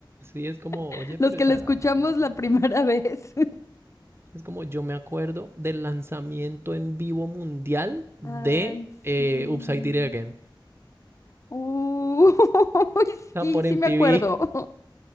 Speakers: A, on the right (about 30°); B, on the left (about 35°).
A: Sí, es como,
B: <laughs>
A: oye, pero
B: Los que
A: esa
B: la escuchamos
A: era la música
B: la
A: de
B: primera
A: ayer.
B: <laughs> vez.
A: Es como yo me acuerdo del lanzamiento en vivo mundial de
B: Ay,
A: eh,
B: sí.
A: Upside Down Again.
B: Uh, Uy, <laughs>
A: O sea,
B: sí,
A: por
B: sí
A: MTV
B: me acuerdo. <laughs>